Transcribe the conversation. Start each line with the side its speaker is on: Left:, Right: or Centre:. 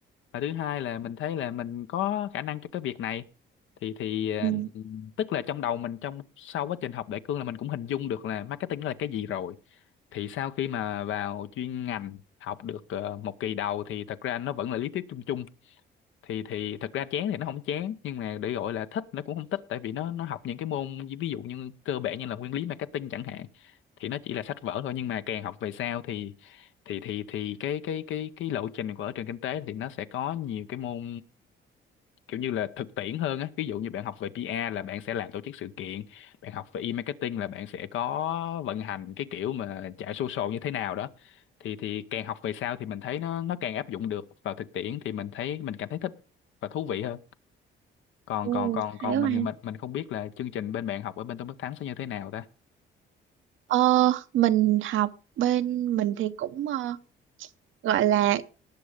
Left: và thứ hai là mình thấy là mình có khả năng cho cái việc này thì thì ờ,
Right: Ừ.
Left: tức là trong đầu mình trong sau quá trình học đại cương là mình cũng hình dung được là marketing là cái gì rồi thì sau khi mà vào chuyên ngành học được ờ, một kỳ đầu thì thật ra nó vẫn là lý thuyết chung chung thì thì thật ra chán thì nó không chán nhưng mà để gọi là thích nó cũng không thích tại vì nó nó học những cái môn ví dụ như cơ bản như là nguyên lý marketing chẳng hạn thì nó chỉ là sách vở thôi nhưng mà càng học về sau thì thì thì thì cái cái cái cái lộ trình của ở trường kinh tế thì nó sẽ có nhiều cái môn kiểu như là thực tiễn hơn á ví dụ như bạn học về PR là bạn sẽ làm tổ chức sự kiện bạn học về e-marketing là bạn sẽ có vận hành cái kiểu mà chạy social như thế nào đó thì thì càng học về sau thì mình thấy nó nó càng áp dụng được vào thực tiễn thì mình thấy mình cảm thấy thích và thú vị hơn còn
Right: Ừ.
Left: còn còn còn
Right: Hay quá
Left: mình mình mình không biết là chương trình bên bạn học ở bên Tôn Đức Thắng sẽ như thế nào ta
Right: Ờ, mình học bên mình thì cũng ờ, gọi là